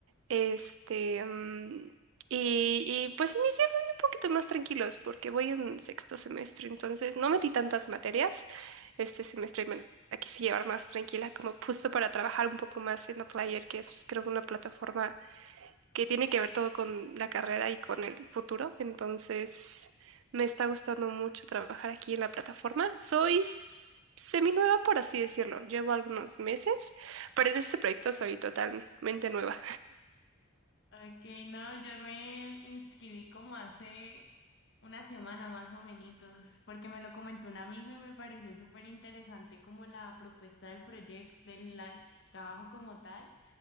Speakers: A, on the right (about 65°); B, on the left (about 55°).
A: Este, mm, y, y pues mis días son un poquito más tranquilos porque voy en sexto semestre, entonces no metí tantas materias este semestre y me la quise llevar más tranquila, como justo para trabajar un poco más en Outlier, que es creo una plataforma que tiene que ver todo con la carrera y con el futuro, entonces me está gustando mucho trabajar aquí en la plataforma. Soy s- seminueva, por así decirlo, llevo algunos meses, pero en este proyecto soy totalmente nueva.
B: Ok, no, yo me inscribí como hace una semana más o menos, porque me lo comentó un amigo y me pareció súper interesante como la propuesta del proyecto, del la- trabajo como tal.